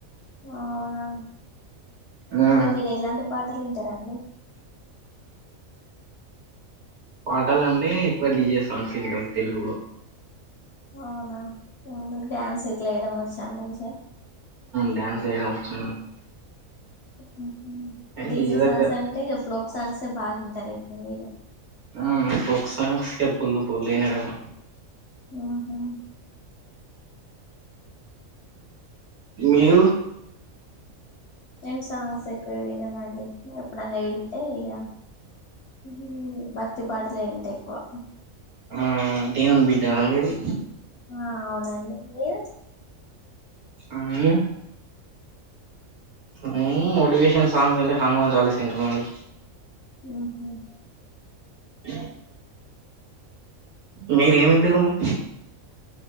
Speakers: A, on the left; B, on the right.
A: అవునా
B: ఆ
A: ఇంక మీరు ఎలాంటి పాటలు వింటారండి.
B: పాటలు అండి ఎక్కువ డిజే సాంగ్స్ వింటాం తెలుగులో
A: అవునా మీకు డ్యాన్స్ ఇట్లా వేయడం వచ్చా మంచిగా
B: డ్యాన్స్ యేయడం వచ్చు
A: ఉమ్ హూ డీజీ
B: డీజే దగ్గర
A: సాంగ్స్ అంటే ఇగ ఫ్లోక్ సాంగ్సే బాగా వింటారు అయితే మీరు
B: ఆ ఫోక్ సాంగ్స్ కే పోల్లు పోల్లుయేనాడగా
A: ఆహా
B: మీరు
A: నేం సాంగ్స్ ఎక్కువ విననండి ఎప్పుడన్నా వింటే ఇక హ్మ్మ్ భక్తి పాటలే ఇంటా ఎక్కువ
B: ఆ దేవన్ బిడ్డ నగిరి
A: ఆ అవునండి మీరు
B: ఆ మీరు హుమ్ మోటివేషన్ సాంగ్స్ అంటే హనుమాన్న్ చాలీస్ అంతే అండి
A: హుహుమ్
B: అ మీరేమింటారమ్మా